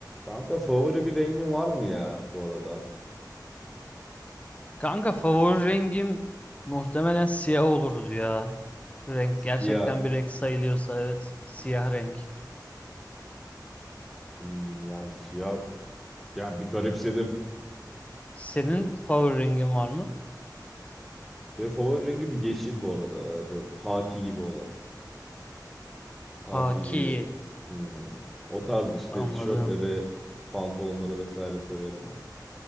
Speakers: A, in the centre; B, on the left.
A: Kanka favori bir rengin var mı ya bu arada?
B: Kanka favori rengim muhtemelen siyah olurdu ya. Renk
A: Siyah.
B: gerçekten bir renk sayılıyorsa evet siyah renk.
A: Hmm, yani siyah. Yani bir garipsedim.
B: Senin favori rengin var mı?
A: Benim favori rengim yeşil bu arada. Ee, Böyle haki gibi olan. Haki
B: Haki
A: gibi. Hmm. O tarz işte
B: anladın.
A: tişörtleri, pantolonları vesaire severim yani.